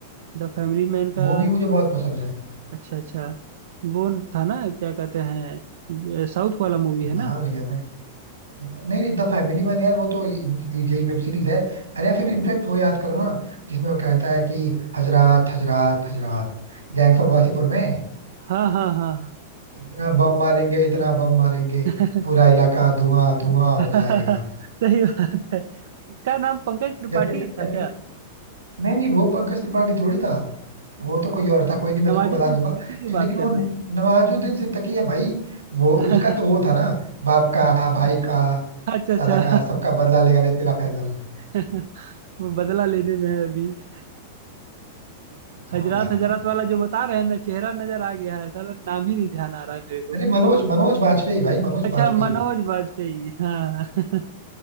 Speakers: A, on the right; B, on the right.
A: द फैमिली मैन का
B: वो भी मुझे बहुत पसंद है
A: अच्छा अच्छा वो था ना क्या कहते हैं साउथ वाला मूवी है ना
B: नाम नहीं याद है नहीं नहीं द फैमिली मैन यार वो तो यही वेब सीरीज है अरे या फिर इनफेक्ट वो याद करो ना जिसमें वो कहता है कि हजरात हजरात हजरात गैंग्स ऑफ वासीपुर में
A: हाँ हाँ हाँ
B: इतना बम मारेंगे इतना बम मारेंगे
A: <laughs>
B: पूरा इलाका धुआं धुआं हो
A: हाँ।
B: जाएगा
A: सही बात है उसका नाम पंकज त्रिपाठी
B: या फिर
A: था
B: या
A: क्या
B: फिर नहीं नहीं वो पंकज त्रिपाठी थोड़ी था वो तो कोई और
A: इन-
B: था कोई नहीं मैं
A: नवाजुद्दीन
B: तुमको बता दूंगा
A: सिद्दीकी की
B: लेकिन
A: बात कर
B: वो
A: रहे हैं
B: नवाजुद्दीन सिद्दीकी है भाई वो
A: <laughs>
B: उसका तो वो था ना बाप का भाई का
A: अच्छा अच्छा
B: दादा का सबका बदला लेगा रे तेरा फैजल
A: <laughs> वो बदला लेने में है अभी <laughs>
B: हाँ
A: हजरत हजरत वाला जो बता रहे हैं ना चेहरा नजर आ गया है साला नाम ही नहीं ध्यान आ रहा है मेरे को
B: अरे मनोज मनोज बाजपेयी भाई मनोज
A: अच्छा
B: बाजपेयी
A: मनोज वाजपेयी हाँ <laughs>